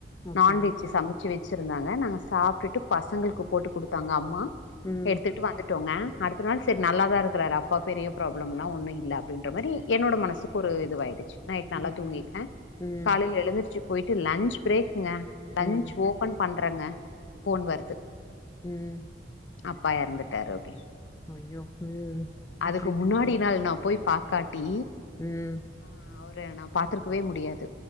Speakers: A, on the left; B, on the left.
A: ஓகே.
B: நான்வெஜ் சம ச்சி வெச்சிருந்தாங்க நாங்க சாப்டுட்டு பசங்களுக்கு போட்டு குடுத்தாங்க அம்மா
A: ம்.
B: எடுத்துட்டு வந் துட்டோங்க அடுத்த நாள் செரி நல்லாதா இருக்குறாரு அப்பா பெரிய பிராப்ளம்ல்லா ஒன்னு இல்ல அப்டின்ற மாரி என்னோட மனசுக் கு ஒரு இது வாயிடுச்சு நைட் நல்லா
A: ம்.
B: தூங்கிட்டே
A: ம்.
B: காலையில எழுந்திருச்சு போயிட்டு லன்ச் பிரேக்குங்க லன்ச்
A: ம்.
B: ஓபன் பண்றங்க போன் வர்து
A: ம்
B: அப்பா இறந்துட்டாரு அப்டின்
A: ஐயோ! ம்.
B: அதுக்கு
A: ஷிட்.
B: முன்னாடி நாள் நா போய் பாக்காட்டி
A: ம்.
B: ஆ அவர நா பாத்திருக்கவே முடியாது